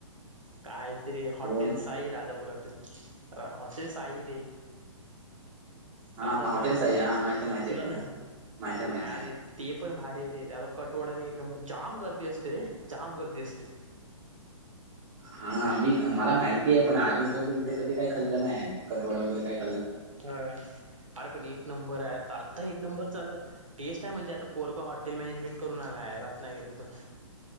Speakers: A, on the right; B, on the right.
A: कायतरीे हॉटेल्स
B: कोण
A: साई, राजापुरातून हॉटेल साई रे.
B: हा
A: ताजापुरातलं
B: हॉटेलचा आहे हा माहिती माहिती
A: तुला
B: आहे तो
A: ना.
B: माहिती माहिती
A: अरे ते पण भारी आहे रे, हे बघ कठवड आणि एक नंबर जाम गर्दी असते रे, जाम गर्दी असते.
B: हा मी मला माहितीय आहे, पण अजूनपर्यंत तिथे कधी काही खल्लं नाहीय कटवडा वगैरे काय
A: ह अरे पण एक नंबर आहे आता, आता एक नंबर चालत. टेस्ट आहे म्हणजे आता पोरगा हॉटेल मॅनेजमेंट करून आलाय, रत्नागिरीतून.